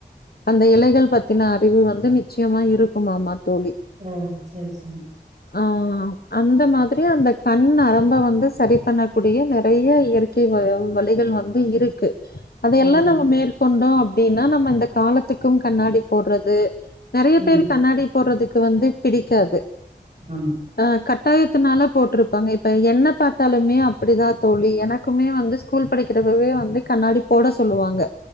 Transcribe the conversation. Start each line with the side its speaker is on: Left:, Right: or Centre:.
Left: அந்த இலைகள் பத்தின அறிவு வந்து நிச்சயமா இருக்குமாம தோழி
Right: ஓ சரி சரி
Left: ஆ அந்த மாத் சரிய அந்த கண் நரம்பு வந்து சரி பண்ணக்கூடிய நிறைய இயற்கை வ வழிகள் வந்து இருக்கு அதெல்லா
Right: ம் ம்
Left: நம்ம மேற்கொண்டோ அப் அப்படின்னா நம்ம இந்த காலத் எத்துக்கும் கண்ணாடி போடுறது நெறைய
Right: ம்
Left: பேரு கண்ணாடி போடுறதுக்கு வந்து பிடிக்காது
Right: ஆமா
Left: ஆ கட் கத்தாயத்தினால போட்டிருப்பாங்க இப்ப என்ன பார்த்தாலுமே அப்படிதா தோழி எனக்குமே வந்து ஸ்கூல் படிக்கிறப்பவே வந்து கண்ணாடி போட சொல்லுவாங்க